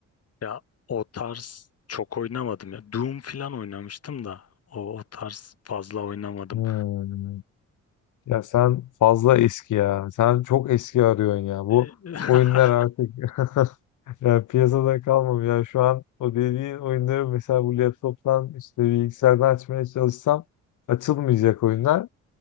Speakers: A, on the left; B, on the left.
A: Ya o tarz çok oynamadım ya. Doom falan oynamıştım da o, o tarz fazla oynamadım.
B: Hmm. Ya sen fazla eski ya. Sen çok eski arıyorsun ya. Bu
A: E, <laughs>
B: oyunlar artık <laughs> Ya piyasada kalmam ya. Şu an o dediğin oyunları mesela bu laptoptan işte bilgisayardan açmaya çalışsam açılmayacak oyunlar.